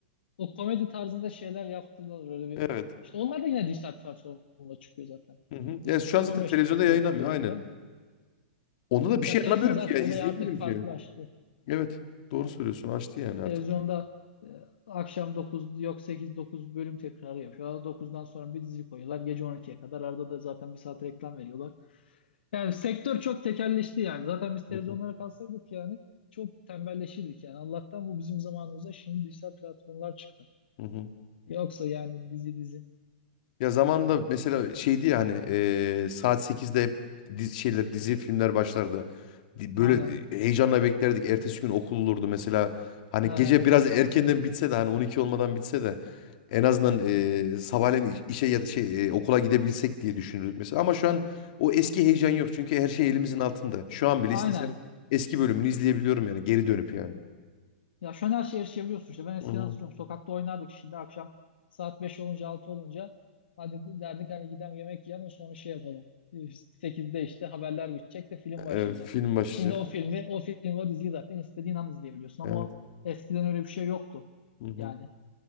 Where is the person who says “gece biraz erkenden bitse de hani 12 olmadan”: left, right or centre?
Left